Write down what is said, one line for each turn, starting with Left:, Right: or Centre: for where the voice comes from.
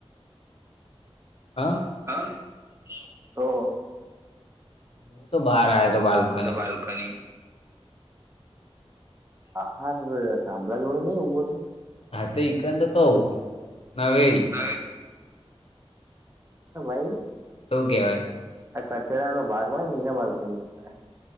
Left: હા
Right: હા તો
Left: હું તો બહાર આયા તો બાળકો
Right: એ તો બાલ્કની આહાર થંભળા જોડે નહ એવું હતું
Left: હા તો એકઈ કંદ કવું નાવે
Right: હ ભાઈ
Left: તો કહેવાય
Right: આ કઠેડા નો ભાગ હોય નીના બાલ્કનીય